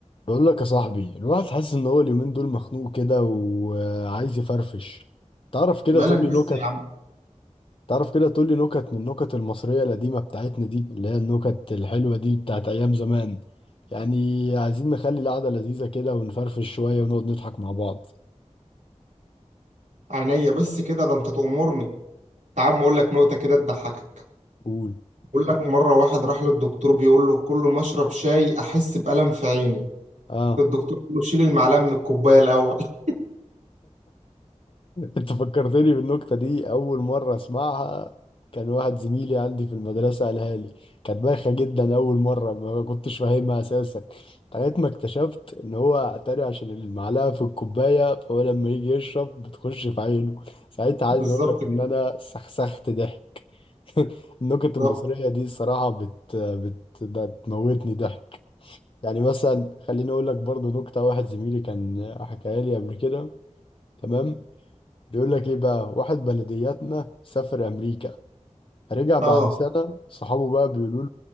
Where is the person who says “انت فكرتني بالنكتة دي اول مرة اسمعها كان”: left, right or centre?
Left